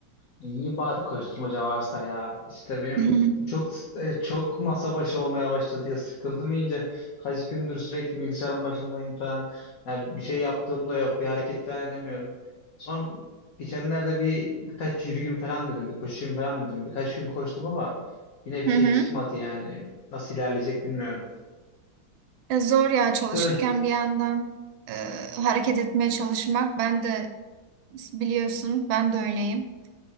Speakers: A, on the left; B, on the right.
A: İyi bari koşturmaca varsa ya. İşte benim
B: <laughs> Hı
A: çok e, çok masa başı olmaya başladı ya sıkıldım iyice. Kaç gündür sürekli bilgisayarın başındayım falan. Yani bir şey yaptığım da yok, bir hareket falan edemiyorum. Son geçenlerde bir birkaç yürüyeyim falan dedim, bir koşayım falan dedim. Birkaç gün koştum ama yine bir
B: hı.
A: şey çıkmadı yani. Nasıl ilerleyecek bilmiyorum.
B: E, Zor ya çalışırken
A: Öyle.
B: bir yandan e, hareket etmeye çalışmak. Ben de biliyorsun ben de öyleyim.